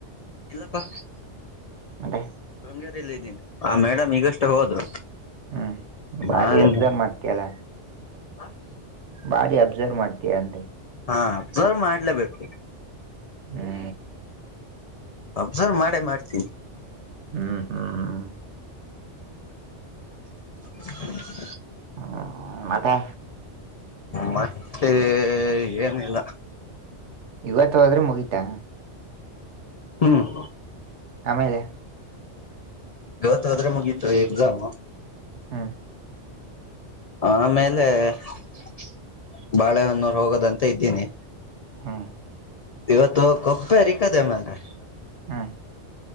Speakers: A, on the left; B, on the right.
A: ಇಲ್ಲಪ್ಪಾ
B: ಅದೇ
A: ಕೆಂಗೇರಿಲ್ಲಿ ಇದೀನಿ ಆ ಮೇಡಮ್ ಈಗಷ್ಟು ಹೋದ್ರು
B: ಹ್ಮ್ ಬಾರಿ
A: ನಾ ಇನ್ನು
B: ಅಬ್ಸರ್ವ್ ಮಾಡ್ತಿಯಲ್ಲ
A: ಹಾ
B: ಬಾರಿ ಅಬ್ಸರ್ವ್ ಮಾಡ್ತಿಯ ಅಂದೆ
A: ಹಾ ಅಬ್ಸರ್ಬ್ ಮಾಡಲೇಬೇಕು
B: ಹ್ಮ್
A: ಅಬ್ಸರ್ವ್ ಮಾಡೇ ಮಾಡ್ತೀ
B: ಹ್ಮ್ ಹ್ಮ್
A: <inaudible>
B: ಹ್ಮ್ ಮತ್ತೆ
A: ಮತ್ತೆ ಏನಿಲ್ಲ
B: ಇವತ್ತು ಹೋದ್ರೆ ಮುಗಿತಾ
A: ಹ್ಮ್
B: ಆಮೇಲೆ
A: ಇವತ್ತು ಹೋದ್ರೆ ಮುಗಿತ್ ಎಕ್ಸಾಮ್
B: ಹಾ
A: ಆಮೇಲೆ <inaudible> ಬಾಳೆಹೊನ್ನೂರು ಹೋಗೋದಂತ ಇದ್ದೀನಿ
B: ಹಾ
A: ಇವತ್ತು ಕೊಪ್ಪೆ ಹಾರ್ಕದೆ ಮರೆ
B: ಹ್ಮ್